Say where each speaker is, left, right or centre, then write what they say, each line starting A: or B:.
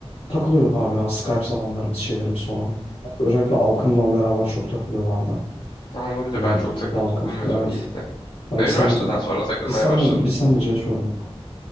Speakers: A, on the left (about 80°); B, on the left (about 50°).
A: takılıyorduk abi ya Skype zamanlarımız şeylerimiz falan. Özellikle Alkım'la
B: Ha,
A: beraber çok takılıyorlardı.
B: ha, olabilir
A: Hani
B: ben çok
A: Yiğit'le
B: takılmıyordum
A: Alkım evet.
B: Yiğit'le.
A: Hani
B: Ben
A: biz sen
B: üniversiteden sonra takılmaya
A: biz senle
B: başladım.
A: biz senle CS oynuyorduk.